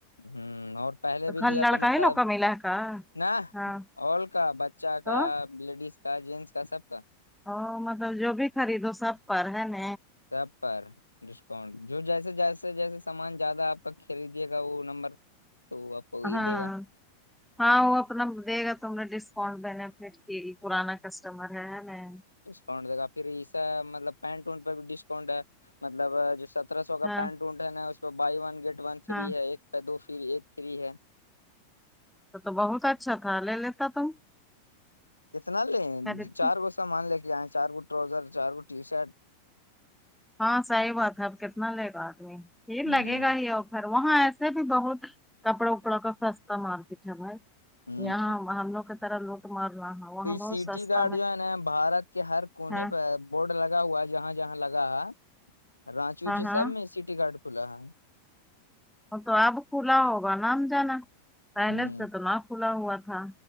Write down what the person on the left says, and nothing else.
ہ اور پہلے
بھی
لیا
تھا مطلب
ن
اور کا بچہ
کا لیڈیز کا جینٹس کا سب کا
چپر ڈسکاؤنٹ جو جیسے جیسے جیسے سامان زیادہ آپ کا خریدیے گا وہ نمبر تو آپ کو وہی
دے گا
دا پھر اسا مطلب پینٹ وونٹ پہ بھی ڈسکاؤنٹ ہے مطلب جو سترہ سو کا
پینٹ اونٹ نا اس پہ بھائی ون گیٹ ون فری
ہے ایک کا دو فری ایک فری ہے
اتنا لے
چار گو سامان لے کے آئیں چار گو ٹروزر چار گو ٹی شرٹ
ہ
ہ
تو یہ
سٹی
گارڈ
جو ہے نا بھارت کے ہر کونے
پہ بورڈ لگا ہوا ہے جہاں جہاں لگا ہے رانچی وونچی
سب میں سٹی گارڈ کھلا ہے
ہوں